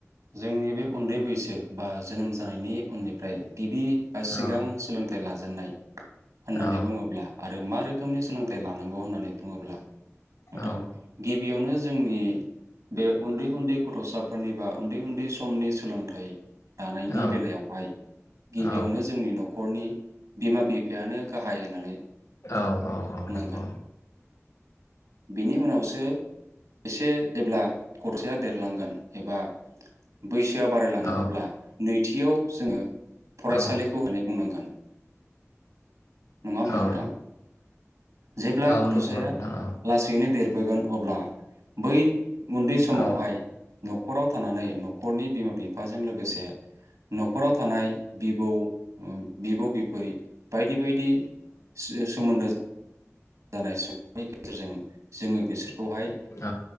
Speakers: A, on the right; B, on the left.
A: जोंनि बे उन्दै बैसो बा जोनोम जानायनि उननिफ्राय गिबि बा सिगां
B: औ
A: सोलोंथाइ लाजा जेननाय होननानै
B: औ
A: बुङोब्ला आरो मा रोख रोखोमनि सोलोंथाइ लानांगौ होननानै बुङोब्ला नोथां
B: औ
A: गिब बियावनो जोंनि बे उन्दै उन्दै गथ'साफोरनि बा उन्दै उन्दै समनि सोलोंथाइ दानायनि
B: औ
A: बेलायावहाय गिबियावनो
B: औ
A: जोंनि न' खरनि बिमा बिफायानो गाहाय होननानै
B: औ औ औ
A: बुंनांगोन
B: नंगौ
A: बेनि उनावसो एसे जेब्ला गथ'साया देरलांगोन एबा बैसोआ बारायलाङोन
B: औ
A: अब्ला नै थियाव जोङो फरायसालिखौ
B: औ
A: होननानै बुंनांगोन नङा होमबा
B: औ
A: नोंथां जेब्ला
B: औ
A: गथ'साया
B: नंगौ नोंथां औ
A: लासैनो देरबोगोन अब्ला बै उन्दै समावहाय
B: औ
A: न'खराव फानानै न'खरनि बिमा बिफ बिफाजों लोगोसे न'खराव थानाय बिबौ बिब' बिबै बायदि बायदि दि सो-सोमोनदो जानाय सुबुंनि गेजेरजों जोङो बेसोर खौहाय
B: औ